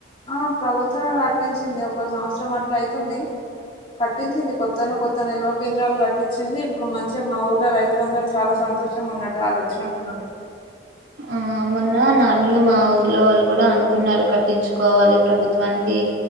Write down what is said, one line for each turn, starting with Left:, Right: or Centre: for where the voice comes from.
Left: ఆ ప్రభుత్వం కటించింది ఒక సంవత్సరం అట్లా అయితుంది కట్టించింది కొత్త కొత్త నిల్వ కేంద్రాలు కట్టించింది ఇప్పుడు మంచిగా మా ఊర్లో రైతులందరు చాలా చానా సంతోషం ఉన్నగదు అది వచ్చినప్పు నుండి
Right: ఆ మొన్న నార్మల్గా మా ఊర్లో వాళ్ళు కూడా అనుకున్నారు కట్టించుకోవాలి ప్రభుత్వానికి ఈ